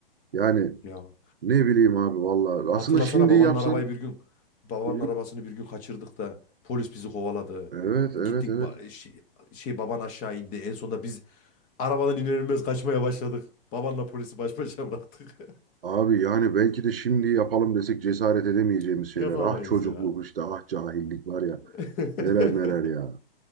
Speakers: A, on the right; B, on the left.
A: Yani
B: Ya
A: ne bileyim abi valla.
B: hatırlasana
A: Aslında şimdi
B: babanın
A: yapsan.
B: arabayı bir gün babanın
A: Evet
B: arabasını bir gün kaçırdık da polis bizi kovaladı.
A: evet evet
B: Gittik
A: evet.
B: ba- şey, şey baban aşağı indi. En sonunda biz Arabadan iner inmez kaçmaya başladık. Babanla polisi baş başa bıraktık.
A: Abi yani belki de şimdi yapalım desek cesaret edemeyeceğimiz
B: <laughs>
A: şeyler.
B: Yapamayız
A: Ah çocukluk
B: ya.
A: işte, ah cahillik var ya.
B: <laughs>
A: Neler neler ya.